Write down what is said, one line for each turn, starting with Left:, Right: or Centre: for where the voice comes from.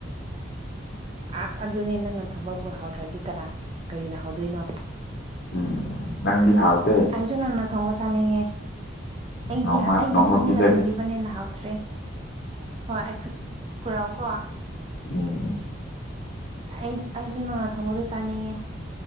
Right: ꯑꯁ ꯑꯗꯨꯅꯤ ꯅꯪꯅꯥ ꯊꯣꯝꯕꯕꯨ ꯍꯧꯎꯗ꯭ꯔꯗꯤ ꯀꯅꯥ ꯀꯔꯤꯅ ꯍꯧꯗꯣꯏꯅꯣ
Left: ꯎꯝ ꯅꯪꯗꯤ ꯍꯥꯎꯗꯦ
Right: ꯁꯨꯨꯅꯅ ꯊꯣꯉꯣ ꯆꯥꯅꯤꯡꯉꯦ ꯑꯩꯗꯤ
Left: ꯅꯣꯡꯃ
Right: ꯑꯩꯒꯤꯗꯤ
Left: ꯅꯣꯡꯃ
Right: ꯃꯤꯅ
Left: ꯄꯤꯖꯒꯦ
Right: ꯊꯣꯡꯕꯤꯕꯅꯦꯅ ꯍꯥꯎꯇ꯭ꯔꯦ ꯍꯣꯏ ꯑꯩ ꯄꯨꯔꯛ ꯎꯀꯣ
Left: ꯑꯣ ꯑꯣ
Right: ꯑꯩ ꯑꯩꯁꯨ ꯅꯣꯡꯅꯥ ꯊꯣꯡꯕꯗꯣ ꯆꯥꯅꯤꯡꯉꯦ